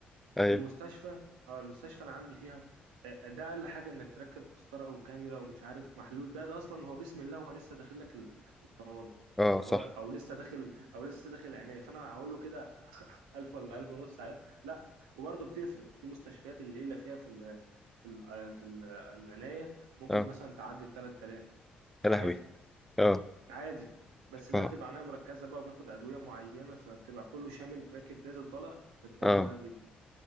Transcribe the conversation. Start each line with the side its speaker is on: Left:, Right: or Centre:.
Centre: أيوة
Right: المستشفى اه المستشفى انا عندي فيها آه، ده اقل حاجه انك تركب قسطره وكانيولا ومش عارف محلول ده ده اصلا هو بسم الله هو لسه داخل لك ال- الطوارئ
Centre: اه
Right: فهو
Centre: صح
Right: او لسه داخل او لسه داخل العنايه فانا هقول له كده <laughs> 1000 ولا 1000 ونص على لا وبرضه بتفرق في مستشفيات الليله فيها في ال في ال آه، في ال- آه، العنايه ممكن
Centre: اه
Right: مثلا تعدي ال 3000
Centre: يا
Right: عادي
Centre: لهوي اه
Right: عادي بس ده
Centre: اه
Right: بتبقى عنايه مركزه بقى وبياخد ادويه معينه فبتبقى كله شامل راكب نازل طالع ب 3000
Centre: اه
Right: جنيه